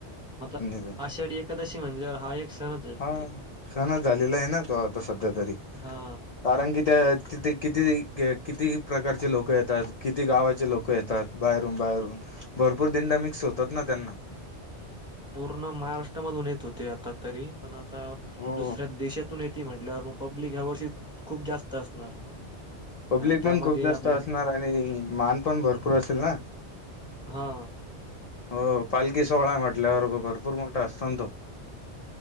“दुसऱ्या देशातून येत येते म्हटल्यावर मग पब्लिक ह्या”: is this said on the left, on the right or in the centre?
Centre